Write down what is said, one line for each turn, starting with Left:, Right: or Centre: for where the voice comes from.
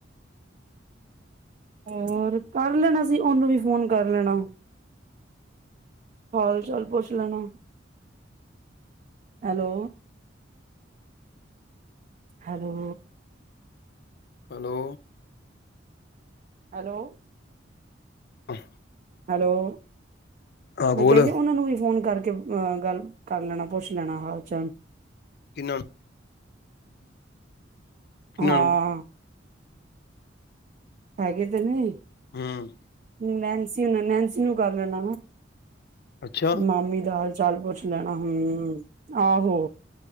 Right: ਹੋਰ ਕਰ ਲੈਣਾ ਸੀ ਉਹਨੂੰ ਵੀ ਫੋਨ ਕਰ ਲੈਣਾ ਹਾਲ- ਚਾਲ ਪੁੱਛ ਲੈਣਾ, ਹੈਲੋ -ਹੈਲੋ,
Left: ਹੈਲੋ,
Right: ਹੈਲੋ,
Left: ਅਹਂ।
Right: ਹੈਲੋ, ਮੈਂ
Left: ਬੋਲ
Right: ਕਿਹਾਹਿ ਜ ਉਹਨਾਂ ਨੂੰ ਵੀ ਫੋਨ ਕਰਕੇ ਕੇ ਅ ਗੱਲ ਕਰ ਲੈਣਾ ਪੁੱਛ ਲੈਣਾ ਹਾਲ ਚ।
Left: ਕਿਨਾ ਨੂੰ ਕਿਹਨਾਂ
Right: ਹਾਂ।
Left: ਨੂੰ
Right: ਹ ਦ ਨੇ
Left: ਹਾਂ।
Right: ਨੈਨਸੀ ਨੈਨਸੀ ਨੂੰ ਕਰ ਲੈਣਾ ਵ।
Left: ਅੱਛਾ
Right: ਮਾਮੀ ਦਾਲ। ਚੱਲ ਪੁੱਛ ਲੈਣਾ ਹਮ ਆਹੋ।